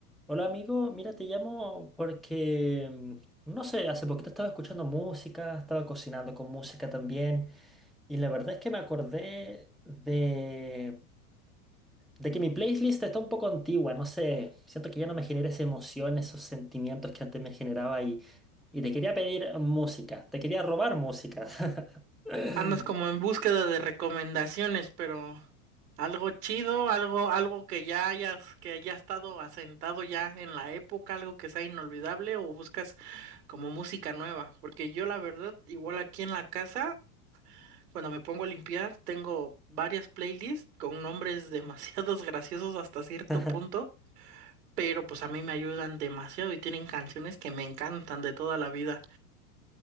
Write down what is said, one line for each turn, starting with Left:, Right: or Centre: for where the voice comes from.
Centre: Hola amigo, mira, te llamo porque, mm, no sé, hace poquito estaba escuchando música, estaba cocinando con música también, y la verdad es que me acordé de, de que mi playlist está un poco antigua, no sé, siento que ya no me genera esa emoción, esos sentimientos que antes me generaba y, y te quería pedir música, te quería robar música. <laughs>
Right: Andas como en búsqueda de recomendaciones, pero algo chido, algo, algo que ya hayas, que haya estado asentado ya en la época, algo que sea inolvidable, o buscas como música nueva. Porque yo la verdad, igual aquí en la casa, cuando me pongo a limpiar, tengo varias playlists con nombres demasiados <laughs> graciosos hasta cierto
Centre: <laughs>
Right: punto, pero pues a mí me ayudan demasiado y tienen canciones que me encantan de toda la vida.